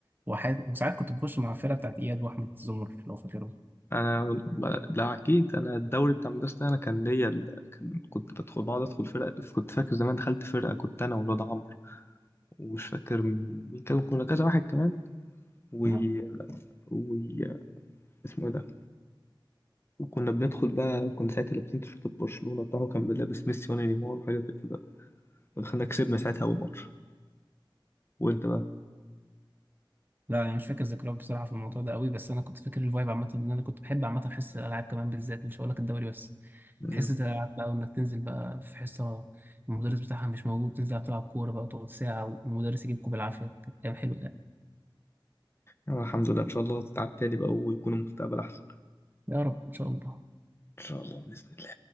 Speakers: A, on the right; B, on the left.
A: وحي... وساعات كنت بخش مع الفرقة بتاعت إياد وأحمد زمر لو فاكرهم
B: أنا ما- لا أكيد أنا الدوري بتاع المدرسة ده أنا كان ليا ال... كان... كنت بدخل بقعد أدخل فرق كنت فاكر زمان دخلت فرقة كنت أنا والواد عمرو ومش فاكر م- مين كان كنا كذا واحد كمان و...
A: نعم.
B: و... اسمه إيه ده وكنا بندخل بقى كنا ساعتها لابسين تيشيرتات برشلونة بتاعه كان لابس ميسي وأنا نيمار وحاجة زي كده ودخلنا كسبنا ساعتها أول ماتش وأنت بقى
A: لا أنا مش فاكر ذكريات بصراحة في الموضوع ده قوي بس أنا كنت فاكر الفايب عامة إن أنا كنت بحب عامة حصة الألعاب كمان بالذات مش هقول لك الدوري بس
B: مم.
A: حصة الألعاب بقى وإنك تنزل بقى في حصة المدرس بتاعها مش موجود تنزل تلعب كورة بقى تقعد ساعة والمدرس يجيبكوا بالعافية كانت أيام حلوة يعني
B: آه، الحمد لله إن شاء الله تتعب تاني بقى ويكون المستقبل أحسن
A: يا رب إن شاء الله
B: إن شاء الله بإذن الله